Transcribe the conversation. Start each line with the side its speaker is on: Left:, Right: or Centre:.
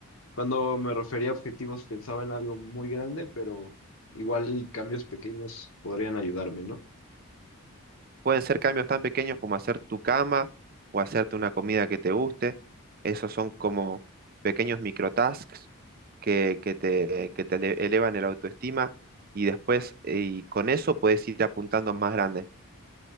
Left: Cuando me refería a objetivos, pensaba en algo muy grande, pero igual cambios pequeños podrían ayudarme, ¿no?
Right: Pueden ser cambios tan pequeños como hacer tu cama o hacerte una comida que te guste. Esos son como pequeños microtasks que, que te, que te ele- elevan el autoestima y después eh, y con eso puedes ir apuntando más grande.